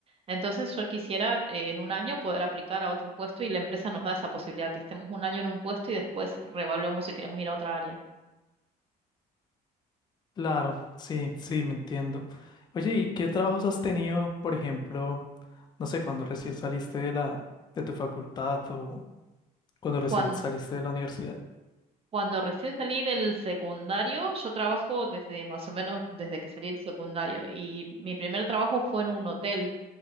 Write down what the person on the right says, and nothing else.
Entonces yo quisiera eh, en un año poder aplicar a otro puesto y la empresa nos da esa posibilidad, que estemos un año en un puesto y después reevaluamos si queremos ir a otra área.
Cuando,
cuando recién salí del secundario, yo trabajo desde más o menos desde que salí del secundario y mi primer trabajo fue en un hotel